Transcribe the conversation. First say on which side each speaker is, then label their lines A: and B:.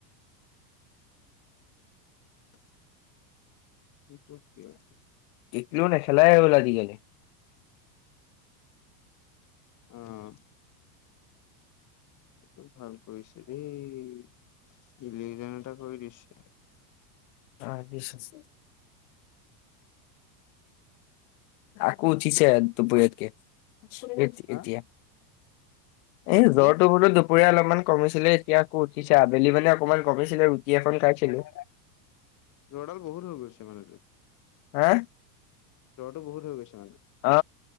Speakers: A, on the left (about 35°); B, on the left (about 60°).
A: <unintelligible> <unintelligible>
B: একলও নাই খেলাই বল আজিকালি
A: উম সেটো ভাল কৰিছে দেই লিভিজন এটা কৰি দিছে
B: অ বিশছ আকো উঠিছে দুপৰীয়াত কে
A: হা
B: এতিয়া এই জ্বৰটো
A: কি?
B: বোলো দুপৰীয়া অলপমান কমিছিলে এতিয়া আকৌ উঠিছে আবেলি মানে অকণমান কমিছিলে এখন খাইছিলো
A: জ্বৰডাল বহুত হৈ গৈছে মানে ৰ
B: হা
A: জ্বৰটো বহুত হৈ গৈছে মানে
B: অ